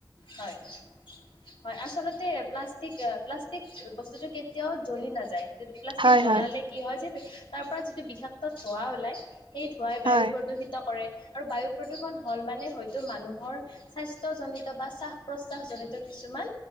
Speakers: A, on the left (about 80°); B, on the right (about 85°).
A: হয়-হয় আছ প্লাষ্টিক, প্লাষ্টিক বস্তুতটো কেতিয়াও জ্বলি নাযায় য প্লাষ্টিক
B: হয়
A: জ্বলালে
B: হয়
A: কি হয় যে তাৰ পৰা যিটো বিষাক্ত ধোঁৱা ওলাই, সেই ধোঁৱাই বায়ু
B: হয়
A: প্ৰদূষিত কৰে। আৰু বায়ু প্ৰদূষণ হ'ল মানে হয়তো মানুহৰ স্বাস্থ্যজনিত বা শ্বাস প্ৰশ্বাস জনিত। কিছুমান